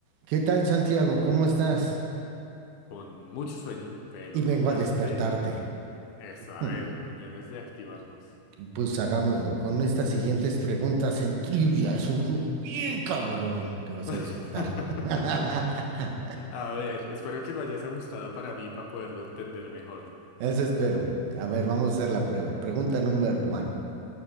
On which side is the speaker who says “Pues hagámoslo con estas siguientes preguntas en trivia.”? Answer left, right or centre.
Right